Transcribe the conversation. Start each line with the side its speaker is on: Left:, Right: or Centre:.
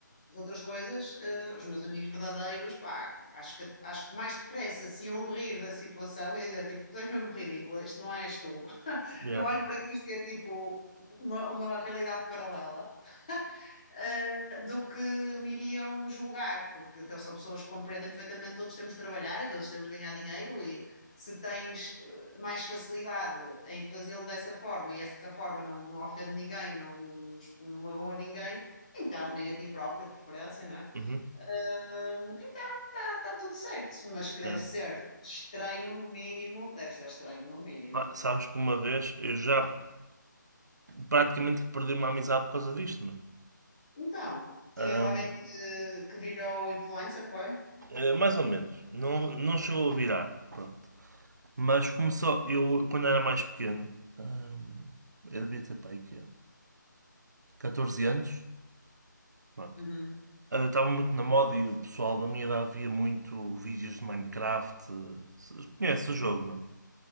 Left: as outras coisas, eh, os meus amigos verdadeiros, pá, acho que, acho que mais depressa se iam rir da situação e dizer, tipo, tu és mesmo ridícula, isto não és tu. <laughs>
Right: Yeah.
Left: Eu olho para isto e é tipo uma, uma realidade paralela. eh, do que me iriam julgar, porque então, são pessoas que compreendem perfeitamente todos temos de trabalhar e todos temos de ganhar dinheiro e se tens eh, mais facilidade em fazê-lo dessa forma e essa forma não, não ofende ninguém, não, não, não magoa ninguém, então, nem a ti próprio, de preferência, não é?
Right: Uhum.
Left: Hum, então está tá tá tudo certo, mas que
Right: Yeah.
Left: deve ser estranho no mínimo, deve ser estranho no mínimo.
Right: Pá, sabes que uma vez eu já praticamente perdi uma amizade por causa disto, meu.
Left: Então, tinhas
Right: Ahm,
Left: alguém que, que virou influencer, foi?
Right: Eh, mais ou menos. Não, não chegou a virar. Pronto. Mas começou. Eu, quando era mais pequeno, hum, eu devia ter pai, que 14 anos. Pronto.
Left: Uhum.
Right: Eh, Estava muito na moda e o pessoal da minha idade via muito vídeos de Minecraft. eh, Conhece o jogo, não? é?